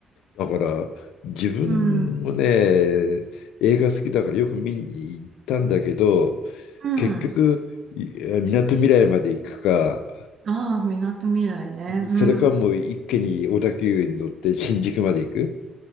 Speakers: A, on the left; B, on the right.
A: だから、自分もね、
B: うん。
A: 映画好きだからよく見に行ったんだけど、
B: うん。
A: 結局、港みなとみらいまで行くか、
B: ああ、みなとみらいね。うん。
A: それかもう一気に小田急に乗って新宿まで行く。